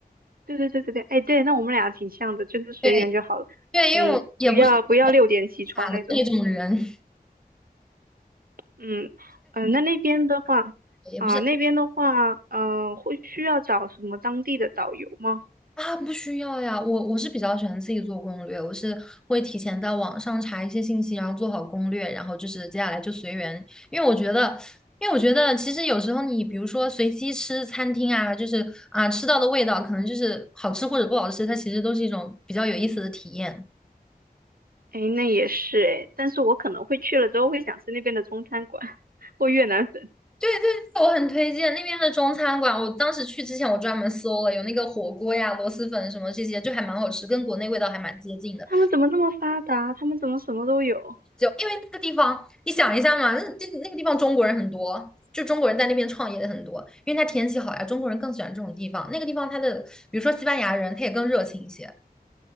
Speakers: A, on the right (about 65°); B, in the centre.
A: 对对对对对，哎，对，那我们俩挺像的，就是随缘就好了。
B: 对对，
A: 嗯，
B: 因为我也不是
A: 不要不要六点起床那种。
B: 傻的那种人，
A: 嗯嗯、呃那那边的话，
B: <laughs> 也不是
A: 啊、那边的话，嗯、会需要找什么当地的导游吗？
B: 啊，不需要呀。我我是比较喜欢自己做攻略，我是会提前在网上查一些信息，然后做好攻略，然后就是接下来就随缘。因为我觉得，因为我觉得其实有时候你比如说随机吃餐厅啊，就是啊吃到的味道可能就是好吃或者不好吃，它其实都是一种比较有意思的体验。
A: 哎，那也是哎，但是我可能会去了之后会想吃那边的中餐馆 <laughs> 或越南粉，
B: 对对对，我很推荐那边的中餐馆。我当时去之前，我专门搜了，有那个火锅呀、螺蛳粉什么这些，就还蛮好吃，跟国内味道还蛮接近的。
A: 他们怎么那么发达？他们怎么什么都有？
B: 就因为那个地方，你想一下嘛，那那那个地方中国人很多，就中国人在那边创业的很多，因为它天气好呀，中国人更喜欢这种地方。那个地方它的，比如说西班牙人，他也更热情一些。